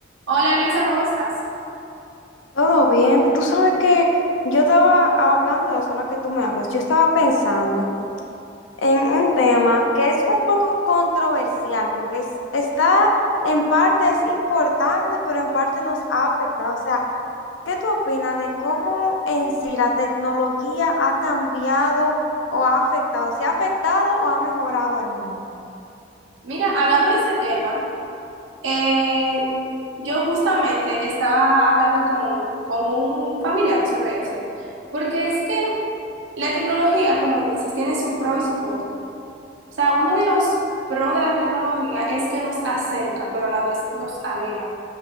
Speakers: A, on the right (about 80°); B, on the left (about 75°).
A: Hola Luisa, ¿cómo estás?
B: Todo bien. Tú sabes que yo estaba hablando de eso ahora que tú me hablas. Yo estaba pensando en un tema que es un poco controversial porque es- está en parte es importante, pero en parte nos ha afectado. O sea, ¿qué tú opinas de cómo en sí la tecnología ha cambiado o ha afectado? ¿Se ha afectado o ha mejorado al mundo?
A: Mira, hablando de ese tema, eh, yo justamente estaba hablando con, con un familiar sobre eso, porque es que la tecnología, como dices, tiene su pro y su contra. O sea, uno de los pros de la tecnología es que nos acerca, pero a la vez nos aleja.